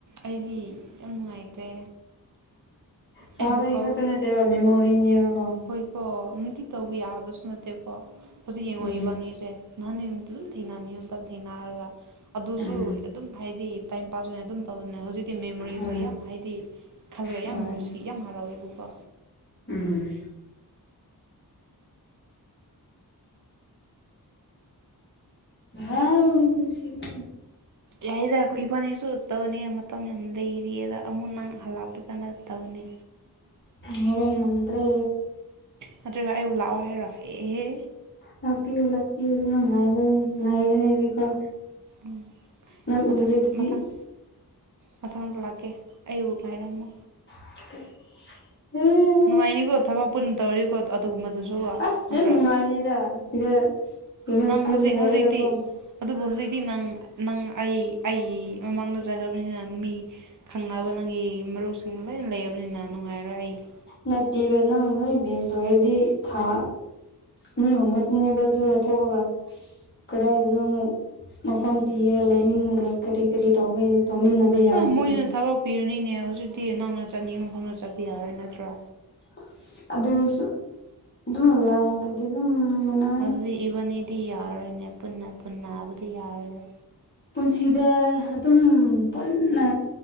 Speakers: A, on the right; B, on the left.
A: ꯑꯩꯗꯤ ꯌꯥꯝ ꯅꯨꯡꯉꯥꯏꯇꯦ
B: ꯆꯥꯕꯩ
A: ꯑꯩꯕꯨ ꯀꯧ
B: ꯈꯛꯇꯥ ꯅꯠꯇꯦꯕ ꯃꯦꯃꯣꯔꯤꯅꯦꯕ ꯀꯣ
A: ꯍꯣꯏꯀꯣ ꯅꯨꯡꯇꯤ ꯇꯧꯕ ꯌꯥꯕꯁꯨ ꯅꯠꯇꯦꯀꯣ ꯍꯧꯖꯤꯛ ꯌꯦꯡꯉꯣ
B: ꯎꯝ
A: ꯏꯕꯥꯅꯤꯁꯦ ꯅꯍꯥꯟ ꯅꯨꯃꯤꯠꯇꯨ ꯑꯗꯨꯝ ꯊꯦꯡꯅꯅꯤꯡꯏ ꯊꯦꯡꯅꯔꯒ ꯑꯗꯨꯁꯨ
B: ꯎꯝ
A: ꯑꯗꯨꯝ ꯍꯥꯏꯗꯤ ꯇꯥꯏꯝ ꯄꯥꯁ ꯑꯣꯏꯅ ꯑꯗꯨꯝ ꯇꯧꯕꯅꯦ ꯍꯧꯖꯤꯛꯇꯤ ꯃꯦꯃꯣꯔꯤꯁꯨ
B: ꯍꯣꯏ
A: ꯌꯥꯝ ꯍꯥꯏꯗꯤ ꯈꯜꯂꯒ
B: ꯍꯣꯏ
A: ꯌꯥꯝ ꯅꯨꯡꯁꯤ ꯌꯥꯝ ꯍꯔꯥꯎꯋꯦꯕꯀꯣ
B: ꯎꯝ ꯃꯍꯥꯎ ꯅꯨꯡꯁꯤꯕꯅꯤ
A: ꯌꯥꯏꯗ ꯑꯩꯈꯣꯏ ꯏꯕꯥꯅꯤꯁꯨ ꯇꯧꯅꯤ ꯃꯇꯝ ꯌꯥꯝ ꯂꯩꯔꯤꯌꯦꯗ ꯑꯃꯨꯛ ꯅꯪ ꯍꯜꯂꯛꯄ ꯀꯥꯟꯗ ꯇꯧꯅꯤ
B: <unintelligible> ꯉꯝꯗ꯭ꯔꯦ
A: ꯅꯠꯇ꯭ꯔꯒꯥ ꯑꯩꯕꯨ ꯂꯥꯛꯑꯣ ꯍꯥꯏꯔꯣ ꯑꯦ ꯍꯦ
B: ꯂꯥꯛꯄꯤꯌꯨ ꯂꯥꯛꯄꯤꯌꯨ ꯅꯪ ꯉꯥꯏꯕꯥ ꯉꯥꯏꯕꯅꯦ ꯍꯧꯖꯤꯛꯐꯥꯎ
A: ꯎꯝ
B: ꯅꯪ
A: ꯃꯊꯪ
B: ꯎꯗ꯭ꯔꯗꯤ
A: ꯃꯊꯪ ꯃꯊꯪꯗ ꯂꯥꯛꯀꯦ ꯑꯩꯕꯨꯨ ꯉꯥꯏꯔꯝꯃꯣ
B: <unintelligible>
A: ꯅꯨꯡꯉꯥꯏꯅꯤꯀꯣ ꯊꯕꯛ ꯄꯨꯟꯅ ꯇꯧꯔꯗꯤꯀꯣ ꯑꯗꯨꯒꯨꯝꯕꯗꯨꯁꯨꯀꯣ
B: ꯑꯁ
A: ꯅꯠꯇ꯭ꯔꯣ
B: ꯌꯥꯝ ꯅꯨꯡꯉꯥꯏꯕꯅꯤꯗ ꯁꯤꯗ ꯀꯩꯅꯣ
A: ꯅꯪ
B: ꯄꯨꯟꯅ
A: ꯍꯧꯖꯤꯛ
B: ꯂꯩꯔꯒꯀꯣ
A: ꯍꯧꯖꯤꯛꯇꯤ ꯑꯗꯨꯕꯨ ꯍꯧꯖꯤꯛꯇꯤ ꯅꯪ ꯅꯪ ꯑꯩ ꯑꯩ ꯃꯃꯥꯡꯗ ꯆꯠꯈ꯭ꯔꯕꯅꯤꯅ ꯃꯤ ꯈꯪꯅꯕ ꯅꯪꯒꯤ ꯃꯔꯨꯞꯁꯤꯡ ꯂꯣꯏ ꯂꯩꯔꯕꯅꯤꯅ ꯅꯨꯡꯉꯥꯏꯂꯣꯏ ꯑꯩꯗꯤ
B: ꯅꯠꯇꯦꯕ ꯅꯪ ꯅꯣꯏ ꯕꯦꯁ ꯂꯣꯏꯔꯗꯤ ꯊꯥ ꯑꯅꯤ ꯍꯨꯝ ꯈꯛꯇꯅꯦꯕ ꯑꯗꯨ ꯊꯣꯛꯑꯒ ꯀꯗꯥꯏꯗꯅꯣ ꯑꯃꯨꯛ ꯃꯐꯝ ꯊꯤꯔꯒ ꯂꯩꯃꯤꯟꯅ ꯀꯔꯤ ꯀꯔꯤ ꯇꯧꯕꯩ ꯇꯧꯃꯤꯟꯅꯕ ꯌꯥꯅꯤꯗꯅ
A: ꯍꯝ ꯃꯣꯏꯅ ꯊꯕꯛ ꯄꯤꯔꯅꯤꯅꯦ ꯍꯧꯖꯤꯛꯇꯤ ꯅꯪꯅ ꯆꯠꯅꯤꯡꯕ ꯃꯐꯝꯗ ꯆꯠꯄ ꯌꯥꯔꯦ ꯅꯠꯇ꯭ꯔꯥ
B: ꯑꯁ ꯑꯗꯨꯁꯨ ꯑꯗꯨꯝ <unintelligible> <unintelligible> ꯑꯗꯨꯝ ꯃꯅꯛꯇꯥ
A: ꯑꯗꯨꯗꯤ ꯏꯕꯅꯤꯗꯤ ꯌꯥꯔꯣꯏꯅꯦ ꯄꯨꯟꯅ ꯄꯨꯟꯅ ꯅꯥꯕꯗꯤ ꯌꯥꯔꯔꯣꯏ
B: ꯄꯨꯟꯁꯤꯗ ꯑꯗꯨꯝ ꯄꯨꯟꯅ